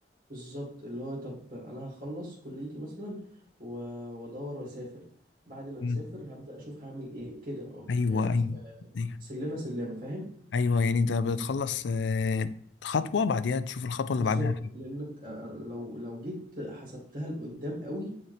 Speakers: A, on the right; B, on the left.
A: بالظبط اللي هو طب انا هخلص كليتي مثلا و- وادور واسافر بعد ما
B: مم.
A: اسافر هبدا اشوف هعمل ايه كده أه،
B: ايوه
A: يعني
B: ايوه
A: خ-
B: ايوه
A: سلمه سلمه فاهم
B: أيوة، يعني انت بتخلص آه، خطوه بعديها تشوف الخطوه اللي
A: بالظبط
B: بعدها
A: لانك أه، لو لو جيت حسبتها لقدام قوي